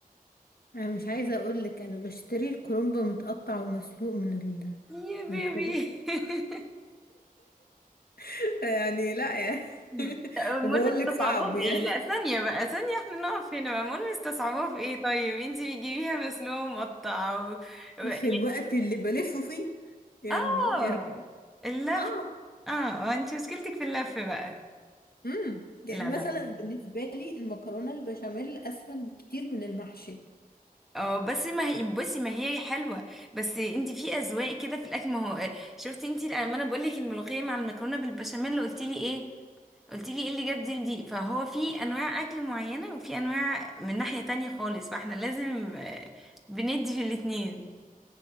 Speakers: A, on the left; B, in the centre.
A: <laughs> أنا مش عايزة أقولك أنا بشتري الكرنب متقطع ومسلوق من ال
B: يا
A: من
B: بيبي
A: الخضار
B: <laughs>
A: <laughs> يعني لا يعني
B: مم.
A: <laughs>
B: المهم
A: بقولك
B: استصعبوها
A: صعب يعني
B: في ايه لا ثانية بقى ثانية احنا نقف هنا بقى المهم استصعبوها في ايه طيب انتي بتجيبيها مسلوقة مقطعة و... و... يعني-
A: في الوقت اللي بلفه فيه يعني
B: اه
A: إيه رأيك؟
B: اللف
A: اه
B: اه آه، انتي مشكلتك في اللف بقى
A: امم
B: لا
A: يعني مثلا
B: لا لا
A: بالنسبة لي المكرونة البشاميل أسهل بكتير من المحشي
B: اه بس ما هي بصي ما هي حلوة بس انتي في اذواق كده في الاكل ما هو آه، شفتي انتي لما انا بقول لك الملوخية مع المكرونة بالبشاميل اللي قلتي لي ايه قلت لي ايه اللي جاب دي لدي فهو في انواع اكل معينة وفي انواع من ناحية تانية خالص فاحنا لازم آه، بندي في الاتنين